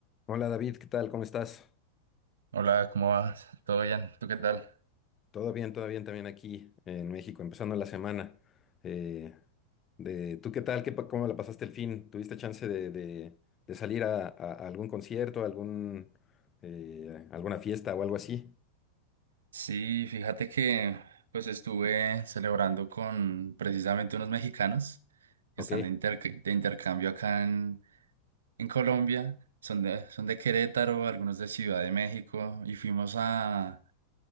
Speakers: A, on the left (about 25°); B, on the right (about 65°).
A: Hola David, ¿qué tal? ¿Cómo estás?
B: Hola, ¿cómo vas? ¿Todo bien? ¿Tú qué tal?
A: Todo bien, todo bien también aquí en México, empezando la semana. Eh, de, ¿tú qué tal? ¿Qué, pa- cómo la pasaste el fin? ¿Tuviste chance de, de- de salir a, a- a algún concierto, algún, eh, alguna fiesta o algo así?
B: Sí, fíjate que pues estuve celebrando con precisamente unos mexicanos que
A: Ok,
B: están de, interc- de intercambio acá en, en Colombia. Son de, son de Querétaro, algunos de Ciudad de México y fuimos a,